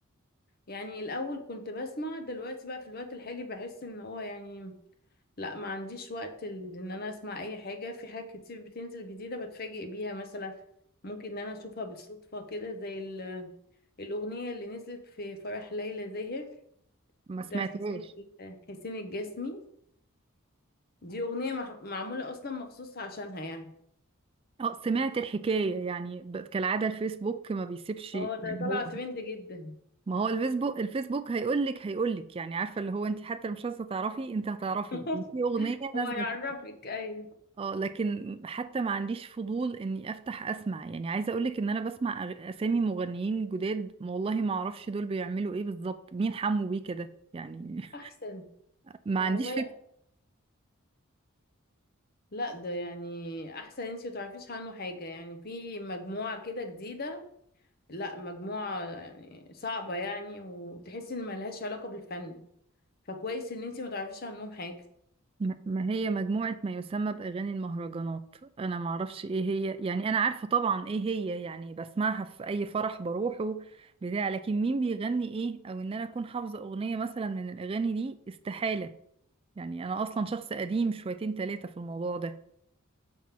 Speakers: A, on the left (about 45°); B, on the right (about 25°).
A: يعني الاول كنت بسمع دلوقتي بقى في الوقت الحالي بحس ان هو يعني لا ما عنديش وقت ل- ان انا اسمع اي حاجة في حاجات كتير بتنزل جديدة بتفاجئ بيها مثلا ممكن ان انا اشوفها بالصدفة كده زي ال- الاغنية اللي نزلت في فرح ليلى زاهر
B: ما
A: بتاعت
B: سمعتهاش
A: حسين حسين الجسمي دي اغنية مح- معمولة اصلا مخصوص عشانها يعني
B: اه سمعت الحكاية يعني ب- كالعادة الفيسبوك ما بيسيبش يعني
A: اه ده طلع
B: هو
A: ترند جدا
B: ما هو الفيسبوك الفيسبوك هيقولك هيقولك يعني عارفة اللي هو انت حتى مش عايزة تعرفي انت هتعرفي
A: <laughs>
B: إن في أغنية نازلة
A: هو يعرفك ايوه
B: اه لكن حتى ما عنديش فضول اني افتح اسمع يعني عايزة اقولك ان انا بسمع أغ- اسامي مغنيين جداد ما والله ما اعرفش دول بيعملوا ايه بالظبط مين حمو بيه كده يعني
A: احسن
B: <laughs> ما
A: والله
B: عنديش
A: لا ده يعني احسن انتي متعرفيش عنه حاجة يعني في مجموعة كده جديدة لا مجموعة يعني صعبة يعني وتحسي ان ملهاش علاقة بالفن فكويس ان انتي متعرفيش عنهم حاجة
B: ما ما هي مجموعة ما يسمى بأغاني المهرجانات أنا معرفش إيه هي يعني أنا عارفة طبعا إيه هي يعني بسمعها في أي فرح بروحه بتاع لكن مين بيغني إيه أو إن أنا أكون حافظة أغنية مثلا من الأغاني دي استحالة يعني أنا أصلا شخص قديم شويتين تلاتة في الموضوع ده